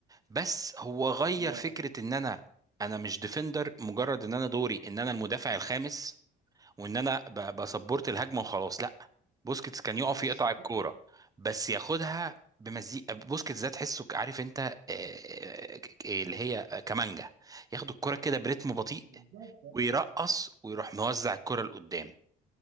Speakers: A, on the right (about 20°); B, on the right (about 80°).
A: بس هو غير
B: اه
A: فكرة ان انا انا مش ديفندر مجرد ان انا دوري ان انا المدافع الخامس وان انا ب- بسبورت الهجمه وخلاص لا بوسكيتس كان يقف
B: بالظبط
A: يقطع الكوره بس ياخدها بمزيكا بوسكيتس ده تحسه ك- عارف انت آه، آه، ك- اللي هي كمانجا ياخد الكوره كده برتم بطيء
B: بالظبط
A: ويرقص ويروح موزع الكوره لقدام